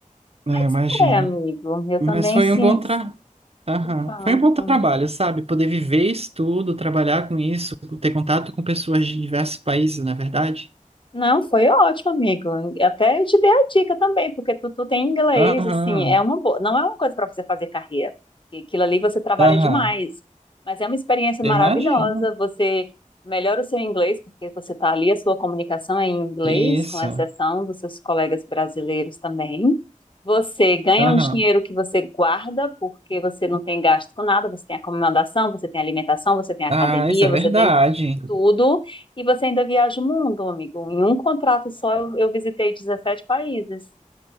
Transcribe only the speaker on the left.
Mas
é, amigo, eu
também
sim,
sinto
falta.
Não, foi ótimo, amigo. Até eu te dei a dica também, porque tu, tu tem inglês,
assim, é uma boa, não é uma coisa para você fazer carreira. porque Aquilo ali você trabalha
demais, mas é uma experiência
maravilhosa.
Você melhora o seu inglês, porque você está ali, a sua comunicação é em inglês,
com exceção dos seus colegas brasileiros também. Você ganha
um dinheiro que você guarda, porque você não tem gasto com nada, você tem acomodação, você tem alimentação, você tem academia,
você
tem tudo e você ainda viaja o mundo, amigo. Em um contrato só eu, eu visitei 17 países.